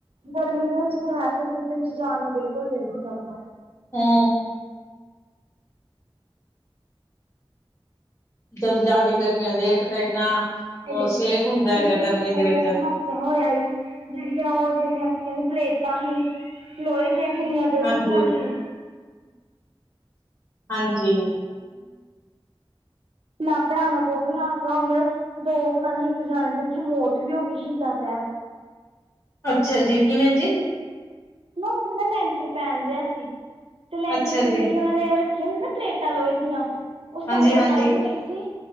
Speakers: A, on the right; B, on the left.
A: ਗਰਮੀ ਦੇ ਵਿੱਚ ਤੇ ਵੈਸੇ ਕਿਚਨ'ਚ ਜਾਣ ਨੂੰ ਬਿਲਕੁਲ ਦਿਲ ਨੀ ਕਰਦਾ।
B: ਹੂੰ ਜਦੋ ਜ਼ਿਆਦਾ ਗਰਮੀ ਹੁੰਦੀ ਏ, ਇੱਕ ਤਾਂ
A: ਇਹਦੇ
B: ਇੰਨਾ ਉਹ
A: ਚ
B: ਸੇਕ ਹੁੰਦਾ ਹੈਗਾ
A: ਜਿਹੜਾ
B: ਗਰਮੀ
A: ਸ਼ਹੀਦਾਂ
B: ਦੇ ਵਿੱਚ।
A: ਸਾਹਿਬ ਹਾਦਸਾ ਹੋਇਆ ਹੀ ਜਿਹੜੀਆਂ, ਉਹ ਜਿਹੜੀਆਂ ਕੀ ਕਹਿੰਦੇ ਪਲੇਟਾਂ ਹੀ ਲੋਹੇ ਦੀਆਂ ਕਿੰਨੀਆਂ ਡਿੱਗ
B: ਹਾਂਜੀ
A: ਗਈਆ ਸੀ।
B: ਹਾਂਜੀ।
A: ਨਾ ਭੈਣਾ ਕੋਲ ਵੀ ਹਾਸ ਹੋਗੇ ਦੋ ਪਤਾ ਨੀ, ਇੱਕ ਜਾਣੇ ਦੀ ਉੱਥੇ ਮੌਤ ਵੀ ਹੋਗੀ, ਸ਼ਹੀਦਾ ਸਾਹਿਬ।
B: ਅੱਛਾ ਜੀ, ਕਿਵੇਂ ਜੀ?
A: ਨਾ ਉੱਥੇ ਨਾ ਲੈਂਟਰ ਪੈਣ ਦਿਆ ਸੀ, ਤੇ ਲੈਂਟਰ
B: ਅੱਛਾ
A: ਦੀ
B: ਜੀ
A: ਜਿਹੜੀ ਉਹਨਾਂ ਨੇ ਦੇ ਨਾ ਪਲੇਟਾਂ ਲੋਹੇ ਦੀਆਂ, ਉਹ
B: ਹਾਂਜੀ
A: ਸੰਗਤ
B: ਹਾਂਜੀ
A: ਆਈ ਹੋਈ ਸੀ,